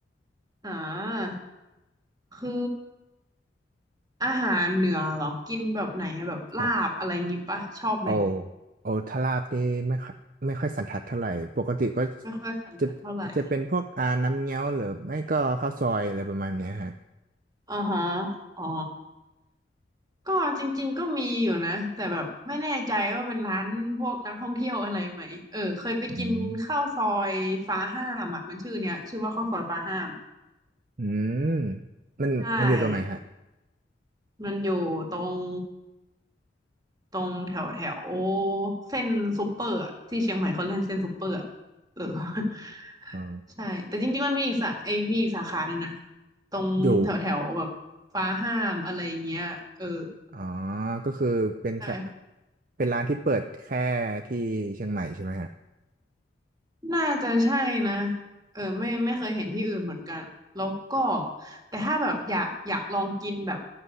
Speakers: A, on the right (about 20°); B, on the right (about 45°).
A: อ่าคืออาหารเหนือเหรอ กินแบบ
B: จ้ะ
A: ลาบอะไรงี้ปะ ชอบไหม
B: โอโอทาราบนี่ไม่ค่อยไม่ค่อยสันทัดเท่าไหร่ปกติก็
A: ไม่ค่อยสันทัดเท่าไหร่
B: จะจะเป็นพวกอาน้ำเงี้ยวหรือไม่ก็ข้าวซอยอะไรประมาณเนี้ยฮะ
A: อ๋อฮะอ๋อ ก็จริงๆก็นะแต่แบบไม่แน่ใจว่าร้านพวกนักท่องเที่ยวอะไรไหม เออเคยไปกินข้าวซอยฟ้าห้ามชื่อเนี้ยข้าวซอยฟ้าห้าม
B: อืมอืมมันมันอยู่ตรงไหนฮะ
A: ใช่มันอยู่ตรง ตรงแถวแถวเส้นซูเปอร์อะที่เชียงใหม่เขาเล่นเส้นซูเปอร์อะเออ <laughs>
B: อ๋อ
A: ใช่แต่จริงๆมันมีอีกสาไอ้มีอีกสาขาหนึ่งนะตรงแถวแถวแบบฟ้าห้ามอะไรอย่างเงี้ยเออ
B: อยู่อ๋อก็คือเป็นสะ
A: ใช่
B: เป็นร้านที่เปิดแค่ที่เชียงใหม่ใช่ไหมฮะ
A: น่าจะใช่นะเออไม่ไม่เคยเห็นที่อื่นเหมือนกันแล้วก็แต่ถ้าแบบอยากอยากลองกินแบบ